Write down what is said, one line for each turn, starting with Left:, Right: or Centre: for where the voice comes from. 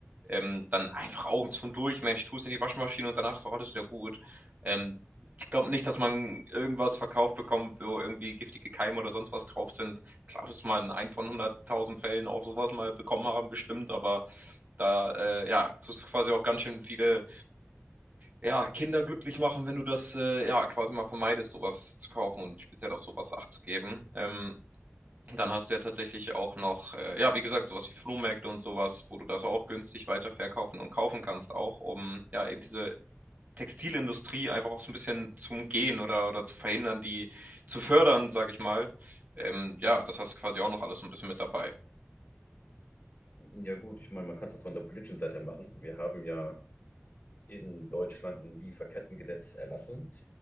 Right: ähm, dann einfach Augen zu und durch, Mensch, tu es in die Waschmaschine und danach ist auch alles wieder gut. Ähm, ich glaube nicht, dass man irgendwas verkauft bekommt, wo irgendwie giftige Keime oder sonst was drauf sind. Klar, es mal in ein von hunderttausend Fällen auch sowas mal bekommen haben, bestimmt, aber da, äh, ja, tust du quasi auch ganz schön viele ja, Kinder glücklich machen, wenn du das äh, ja quasi mal vermeidest, sowas zu kaufen und speziell auf sowas Acht zu geben. Ähm, dann hast du ja tatsächlich auch noch, äh, ja, wie gesagt, so was wie Flohmärkte und sowas, wo du das auch günstig weiterverkaufen und kaufen kannst, auch um ja eben diese Textilindustrie einfach auch so ein bisschen zu umgehen oder oder zu verhindern, die zu fördern, sage ich mal. Ähm, ja, das hast du quasi auch noch alles so ein bisschen mit dabei.
Left: Ja gut, ich meine, man kann es auch von der politischen Seite machen. Wir haben ja in Deutschland ein Lieferkettengesetz erlassen,